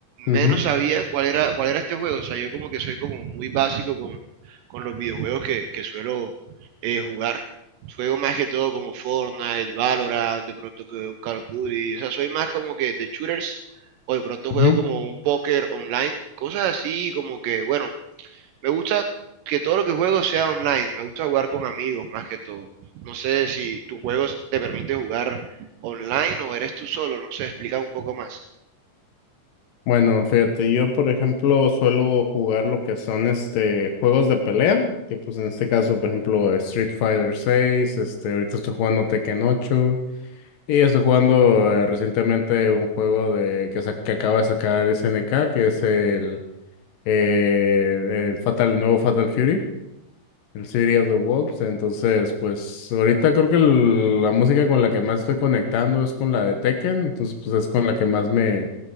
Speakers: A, on the left; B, on the right.
A: Ujú,
B: menos sabía cuál era, cuál era este juego. O sea, yo como que soy como muy básico con, con los videojuegos que, que suelo eh, jugar. Juego más que todo como Fortnite, Valorant, de pronto que un Call of Duty. O sea, soy más como que de shooters o de pronto
A: ujú.
B: juego como un póker online. Cosas así como que, bueno Me gusta que todo lo que juego sea online, me gusta jugar con amigos más que todo. No sé si tu juego te permite jugar online o eres tú solo, no sé, explica un poco más.
A: Bueno, fíjate, yo por ejemplo suelo jugar lo que son este juegos de pelea, que pues en este caso, por ejemplo, Street Fighter seis, este, ahorita estoy jugando Tekken ocho. Y estoy jugando eh, recientemente un juego de que, sa- que acaba de sacar SNK, que es el, eh, el Fatal, el nuevo Fatal Fury, el City of the Wolves. Entonces, pues ahorita creo que el- la música con la que más estoy conectando es con la de Tekken, entonces pues es con la que más me,